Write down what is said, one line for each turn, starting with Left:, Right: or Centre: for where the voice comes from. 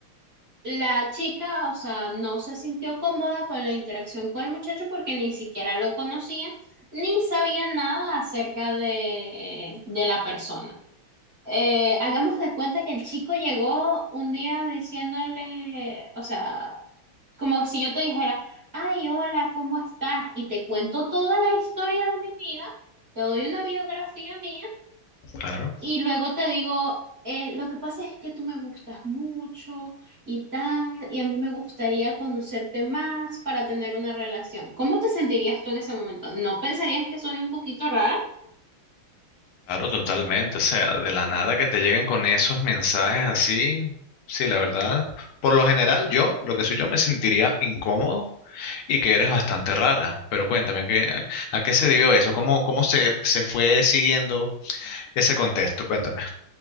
Right: La chica, o sea, no se sintió cómoda con la interacción con el muchacho porque ni siquiera lo conocía ni sabía nada acerca de, de la persona. Eh, hagamos de cuenta que el chico llegó un día diciéndole, o sea, como si yo te dijera, ay, hola, ¿cómo estás? Y te cuento toda la historia de mi vida, te doy una biografía mía
Left: claro,
Right: y luego te digo, eh, lo que pasa es que tú me gustas mucho y tal, y a mí me gustaría conocerte más para tener una relación. ¿Cómo te sentirías tú en ese momento? ¿No pensarías que soy un poquito rara?
Left: claro, totalmente. O sea, de la nada que te lleguen con esos mensajes así. Sí, la verdad. Por lo general, yo, lo que soy yo, me sentiría incómodo y que eres bastante rara. Pero cuéntame, ¿qué, a qué se debió eso? ¿Cómo, cómo se, se fue siguiendo ese contexto? Cuéntame.